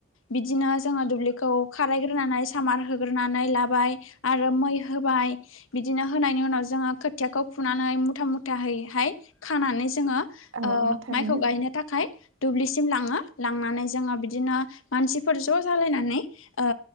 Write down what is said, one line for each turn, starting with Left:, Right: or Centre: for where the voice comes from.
Left: बिदिनो जोंङो दु ब्लिखौ खारायग्रोनानै सामार होग्रोनानै ला बाय आरो मै होबाय बिदिनो होनायनि उनाव जोङो खोथियाखौ फुनानै मुथा मुथाहाय नै हाय खानानै जोङो
Right: औ
Left: ओ
Right: औ थारैनो
Left: माइखौ गायनो थाखाय दुब्लिसिम लाङो लांनानै जोङो बिदिनो मानसिफोर ज' जालायनानै ओ